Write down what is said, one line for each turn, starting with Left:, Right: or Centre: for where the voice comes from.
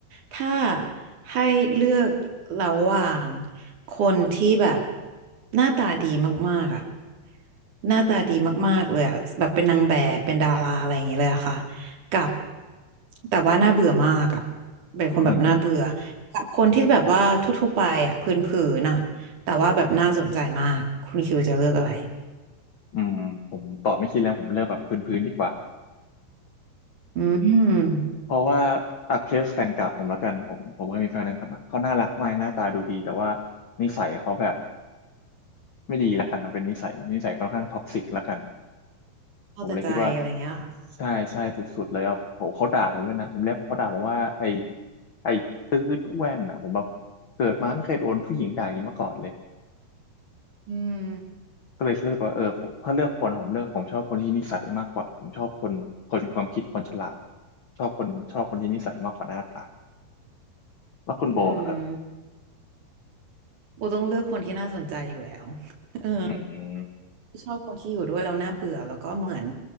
Right: ถ้าให้เลือกระหว่างคนที่แบบหน้าตาดีมากๆอ่ะหน้าตาดีมากๆเลยอะแบบเป็นนางแบบเป็นดาราอะไรอย่างเงี้ยเลยอะค่ะกับแต่ว่าน่าเบื่อมากอ่ะเป็นคนแบบน่าเบื่อ
Left: อืม
Right: กับคนที่แบบว่าทั่วๆไปอ่ะพื้นๆน่ะแต่ว่าแบบน่าสนใจมากคุณคิวจะเลือกอะไร
Left: อืมผมตอบไม่คิดแล้วผมเลือกแบบพื้นๆดีกว่า
Right: อืม
Left: เพราะว่าอ่ะเคสแฟนเก่าผมแล้วกันผมผมเคยมีแฟนในสมัยเขาน่ารักมากหน้าตาดูดีแต่ว่านิสัยเขาแบบไม่ดีแล้วกันเอาเป็นนิสัยนิสัยค่อนข้างท็อกซิกแล้วกัน
Right: เข้าแต่ใจอะไรเงี้ยค่ะ
Left: ผมเลยคิดว่าใช่ใช่สุดๆเลยครับโหเขาด่าผมเลยนะผมเรียกเขาด่าผมว่าไอ้ไอ้ตืดแว่นอ่ะผมแบบเกิดมาไม่เคยโดนผู้หญิงด่าอย่างนี้มาก่อนเลย
Right: อืม
Left: ก็เลยคิดรู้สึกว่าเออผมถ้าเลือกคนผมเลือกผมชอบคนที่นิสัยมากกว่าผมชอบคนคนมีความคิดคนฉลาดชอบคนชอบคนที่นิสัยมากกว่าหน้าตาแล้วคุณโบนะครับ
Right: อืม โบต้องเลือกคนที่น่าสนใจอยู่แล้ว <laughs> เออ
Left: อืม
Right: ชอบคนที่อยู่ด้วยแล้วน่าเบื่อแล้วก็เหมือน